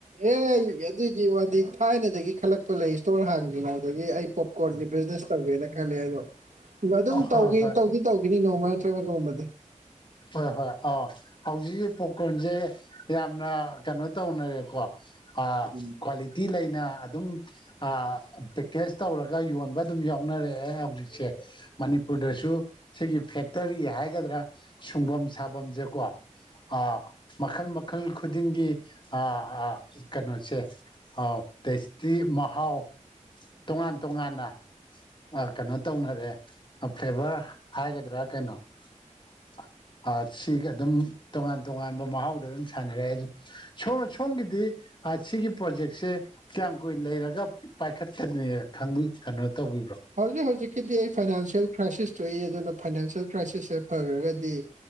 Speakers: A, on the right; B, on the left.
A: ꯑꯦ ꯑꯗꯨꯏꯗꯤ ꯋꯥꯗꯤ ꯊꯥꯏꯅꯗꯒꯤ ꯈꯜꯂꯛꯄ ꯂꯩ ꯏꯁꯇꯣꯔ ꯍꯥꯡꯗ꯭ꯔꯤꯉꯗꯒꯤ ꯑꯩ ꯄꯣꯞꯀꯣꯔꯟꯒꯤ ꯕꯤꯖꯤꯅꯦꯁ ꯇꯧꯒꯦꯅ ꯈꯜꯂꯦ ꯑꯗꯣ ꯑꯗꯨꯝ
B: ꯑ ꯍꯣꯏ
A: ꯇꯧ
B: ꯍꯣꯏ
A: ꯇꯧꯗꯤ ꯇꯧꯈꯤꯅꯤ ꯅꯣꯡꯃ ꯅꯇ꯭ꯔꯕ ꯅꯣꯡꯃꯗꯤ
B: ꯍꯣꯏ ꯍꯣꯏ ꯑꯥ ꯍꯧꯖꯤꯛꯁ ꯄꯣꯞꯀꯣꯔꯟꯁꯦ ꯌꯥꯝꯅ ꯀꯩꯅꯣ ꯇꯧꯅꯔꯦꯀꯣ ꯑ
A: ꯎꯝ
B: ꯀ꯭ꯋꯥꯂꯤꯇꯤ ꯂꯩꯅ ꯑꯗꯨꯝ ꯑ ꯄꯀꯦꯖ ꯇꯧꯔꯒ ꯌꯣꯟꯕ ꯑꯗꯨꯝ ꯌꯥꯎꯅꯔꯛꯑꯦ ꯍꯧꯖꯤꯛꯁꯦ ꯃꯅꯤꯄꯨꯔꯗꯁꯨ ꯁꯤꯒꯤ ꯐꯦꯛꯇꯔꯤ ꯍꯥꯏꯒꯗ꯭ꯔꯥ ꯁꯨꯡꯐꯝ ꯁꯥꯐꯝꯁꯦꯀꯣ ꯑꯥ ꯃꯈꯜ ꯃꯈꯜ ꯈꯨꯗꯤꯡꯒꯤꯥ ꯑ ꯀꯩꯅꯣꯁꯦ ꯑꯥꯎ ꯇꯦꯁꯇꯤ ꯃꯍꯥꯎ ꯇꯣꯉꯥꯟ ꯇꯣꯉꯥꯟꯅ ꯑ ꯀꯩꯅꯣ ꯇꯧꯅꯔꯦ ꯐ꯭ꯂꯦꯚꯔ ꯍꯥꯏꯒꯗ꯭ꯔꯥ ꯀꯩꯅꯣ <unintelligible> ꯑ ꯁꯤꯒ ꯑꯗꯨꯝ ꯇꯣꯉꯥꯟ ꯇꯣꯉꯥꯟꯕ ꯃꯍꯥꯎꯗ ꯑꯗꯨꯝ ꯁꯥꯟꯅꯔꯦ ꯑ ꯁꯣꯝ ꯁꯣꯝꯒꯤꯗꯤ ꯁꯤꯒꯤ ꯄ꯭ꯔꯣꯖꯦꯛꯁꯦ ꯀꯌꯥꯝ ꯀꯨꯏꯅ ꯂꯩꯔꯒ ꯄꯥꯏꯈꯠꯀꯅꯤ ꯈꯪꯕꯤ ꯀꯩꯅꯣ ꯇꯧꯕꯤꯕ꯭ꯔꯣ
A: ꯍꯧꯖꯤꯛ ꯍꯧꯖꯤꯛꯀꯤꯗꯤ ꯑꯩ ꯐꯥꯏꯅꯥꯟꯁꯤꯌꯦꯜ ꯀ꯭ꯔꯥꯏꯁꯤꯁ ꯊꯣꯛꯏ ꯑꯗꯨꯅ ꯐꯥꯏꯅꯥꯟꯁꯤꯌꯦꯜ ꯀ꯭ꯔꯥꯏꯁꯤꯁꯁꯦ ꯐꯈꯔꯒꯗꯤ